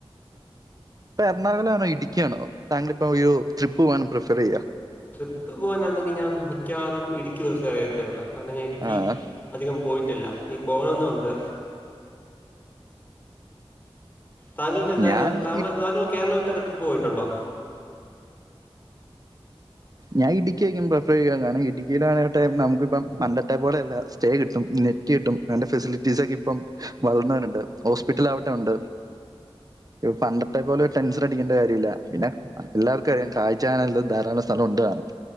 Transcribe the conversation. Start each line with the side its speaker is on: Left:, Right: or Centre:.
Right: പ്പെർണാകുളാണെട്ക്കി ആണോ താങ്കളിപ്പോ ഒരു ട്രിപ്പ് പോകാൻ പ്രിഫറിയ്യ
Left: ട്രിപ്പ് പോകാനാണെങ്കിൽ ഞാൻ മിക്കവാറും ഇടുക്കി പ്രിഫറിയ്യത്തേയുള്ളൂ കാര്ണം ഞ്ഞാ ഇടുക്കി
Right: ആ
Left: അധികം പോയിട്ടില്ല നി പോകണംന്നുണ്ട് താങ്കൾക്ക്ന്തായിര്ന്ന്
Right: ഞാൻ
Left: താങ്ക
Right: ഇ-
Left: താങ്കൾ കേരള വിട്ടൊക്കെ ട്രിപ്പ് പോയിട്ടുണ്ടോ
Right: ഞാൻ ഇടുക്കി ആയിര്ക്കും പ്രിഫറെയ്യാൻ കാരണം ഇടുക്കിയില് നമുക്കിപ്പം പണ്ടത്തെ പോലെയല്ല സ്റ്റേ കിട്ടും നെ റ്റ് കിട്ടും നല്ല ഫെസിലിറ്റീസൊക്കെ ഇപ്പം വളർന്നവരുണ്ട് ഹോസ്പിറ്റലാവട്ടെ ഉണ്ട് ഇപ് പണ്ടത്തെ പോലെ ടെൻഷനടിക്കണ്ട കാര്യമില്ല പിന്നെ ല്ലാര്ക്കും അറിയാം കാഴ്ചാനില്ല ധാരാളം സ്ഥലം ഉണ്ട് താനും